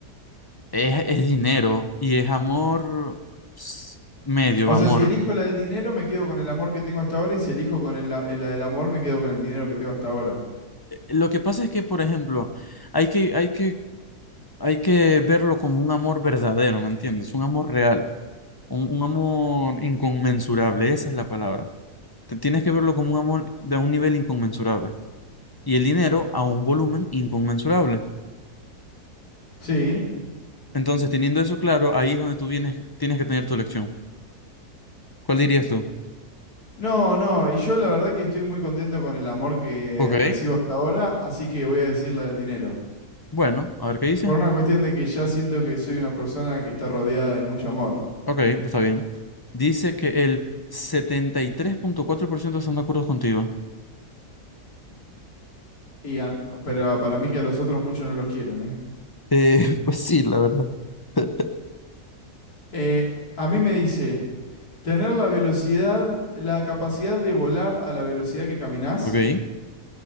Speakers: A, on the left; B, on the left.
A: Es, es dinero y es amor, ps, medio
B: O
A: amor.
B: sea, si elijo la del dinero, me quedo con el amor que tengo hasta ahora. Y si elijo con el, a- la del amor, me quedo con el dinero que tengo hasta ahora.
A: Lo que pasa es que, por ejemplo, hay que, hay que, hay que verlo como un amor verdadero, ¿me entiendes? Un amor real, un, un amor inconmensurable, esa es la palabra. Te- Tienes que verlo como un amor de un nivel inconmensurable y el dinero a un volumen inconmensurable.
B: Sí.
A: Entonces, teniendo eso claro, ahí es donde tú vienes, tienes que tener tu elección. ¿Cuál dirías tú?
B: No, no. Y yo la verdad que estoy muy contento con el amor que
A: Ok,
B: recibo hasta ahora. Así que voy a decir la del dinero.
A: bueno, a ver qué dice.
B: Por una cuestión de que ya siento que soy una persona que está rodeada de mucho amor.
A: Ok, está bien. Dice que el setenta y tres punto cuatro por ciento están de acuerdo contigo.
B: Y a- pero para mí que a los otros muchos no los quieren, ¿eh?
A: Eh, <laughs> pues sí, la verdad. <laughs>
B: Eh, a mí me dice, Tener la velocidad, la capacidad de volar a la velocidad que caminás
A: Ok.